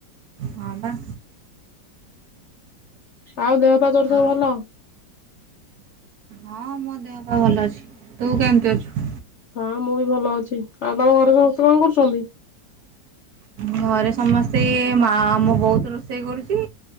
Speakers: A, on the right; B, on the left.
A: ହଁ ବା।
B: ଆଉ ଦେହ ପା ତୋର
A: ଆଉ
B: ସବୁ ଭଲ?
A: ହଁ ମୋ ଦେହ ପା ଭଲ ଅଛି। ତୁ କେମିତି ଅଛୁ?
B: ହଁ ମୁଁ ବି ଭଲ ଅଛି। ଆଉ ତମ ଘରେ ସମସ୍ତେ କଣ କରୁଛନ୍ତି?
A: ଘରେ ସମସ୍ତେ ମା ମୋ ବୋଉ ତ ରୋଷେଇ କରୁଛି।